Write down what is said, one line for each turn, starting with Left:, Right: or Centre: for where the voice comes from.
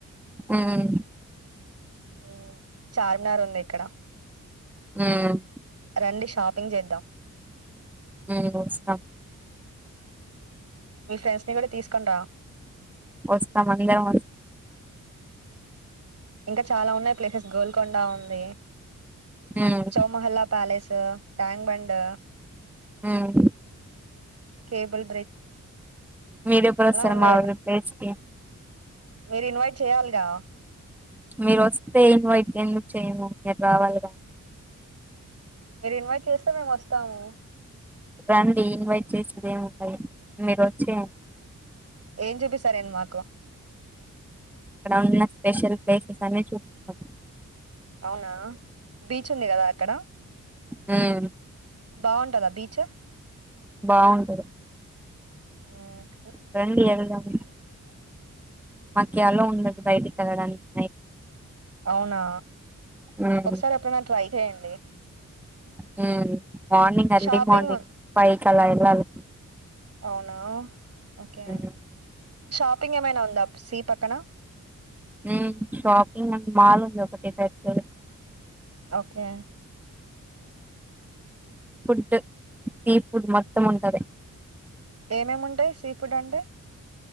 Centre: హ్మ్
Right: ఆ చార్మినార్ ఉంది ఇక్కడ
Centre: ఉమ్
Right: రండి షాపింగ్ చేద్దాం
Centre: ఉమ్ వస్తాం
Right: మీ ఫ్రెండ్స్ ని కూడా తీసుకొని రా
Centre: వస్తాం అందరం వస్త
Right: ఇంకా చాలా ఉన్నాయి ప్లేసెస్ గోల్కొండ ఉంది
Centre: ఉమ్
Right: చౌమహల్లా ప్యాలెస్ ండ్ ట్యాంగ్ బండ్
Centre: హ్మ్
Right: కేబల్
Centre: మీరుప్పుడు వస్తారు
Right: ఉన్నాయి
Centre: మా
Right: ఇలా
Centre: విలేజ్ కి
Right: మీరు ఇన్వైట్ చెయాలిగా
Centre: మీరు వస్తే ఇన్వైట్ ఎందుకు చేయము మీరు రావాలి కానీ
Right: మీరు ఇన్వైట్ చేస్తే మేము వస్తాము
Centre: రండి ఇన్వైట్ చేసదేం అయ మీరు వచ్చి
Right: ఏం చూపిస్తారు ఏంటి మాకు
Centre: అక్కడ ఉన్న స్పెషల్ ప్లేసెస్ అన్ని చూపిస్తాం
Right: అవునా బీచ్ ఉంది కదా అక్కడ
Centre: హ్మ్
Right: బాగుంటదా బీచ్
Centre: బాగుంటది
Right: హ్మ్
Centre: రండి ఎళ్దాం మాకు యాలో ఉండదు బయటి డానికి
Right: అవునా
Centre: హ్మ్
Right: ఒకసారి ఎప్పుడైనా ట్రై చేయండి
Centre: హ్మ్ మార్నింగ్ ఎర్లీ
Right: షాపింగ్
Centre: మార్నింగ్
Right: ఉన్
Centre: ఫైవ్ చాలా ఎళ్లాలి
Right: అవునా ఓకే
Centre: ఉమ్
Right: షాపింగ్ ఏమైనా సీ పక్కనా
Centre: వూహ్ షాపింగ్ అండ్ మాల్ అని ఒకటి పెట్టెయ్
Right: ఒకే
Centre: ఫుడ్ సీ ఫుడ్ మొత్తం ఉండద
Right: ఏమేం ఉంటాయ్ సీ ఫుడ్ అంటే